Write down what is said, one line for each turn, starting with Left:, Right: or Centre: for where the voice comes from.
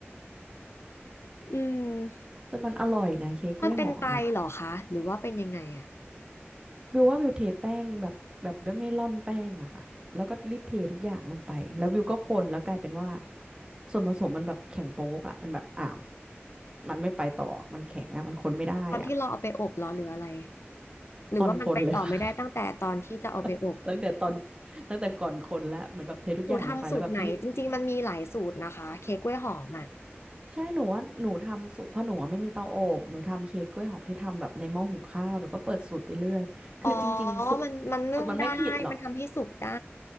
Left: อืม
Right: แต่มันอร่อยนะเค้กกล้วยหอมอ่ะ
Left: มันเป็นไตเหรอคะหรือว่าเป็นยังไงอะ
Right: บิวว่าบิวเทแป้งแบบแบบไม่ไม่ร่อนแป้งอะค่ะแล้วก็รีบเททุกอย่างลงไปแล้วบิวก็คนแล้วกลายเป็นว่าส่วนผสมมันแบบแข็งโป๊กอะมันแบบอ่าวมันไม่ไปต่อมันแข็งอะมันคนไม่ได้อะ
Left: ตอนที่เราเอาไปอบเหรอหรืออะไรหรือว่ามันไปต่อไม่ได้ตั้งแต่ตอนที่จะเอาไปอบ
Right: ตอนคนเลยค่ะ <laughs> ตั้งแต่ตอนตั้งแต่ก่อนคนแล้วเหมือนแบบเททุกอย่างลงไปแล้วแบบรีบ
Left: หนูทำสูตรไหนจริงๆมันมีหลายสูตรนะคะเค้กกล้วยหอมอ่ะ
Right: ใช่หนูว่าหนูทำสูตรเพราะหนูอะไม่มีเตาอบหนูทำเค้กกล้วยหอมที่ทำแบบในหม้อหุงข้าวหนูก็เปิดสูตรไปเรื่อยคือจริงๆสูตรสูตรมันไม่ผิดหรอก
Left: อ๋อมันมันนึ่งได้มันทำให้สุกได้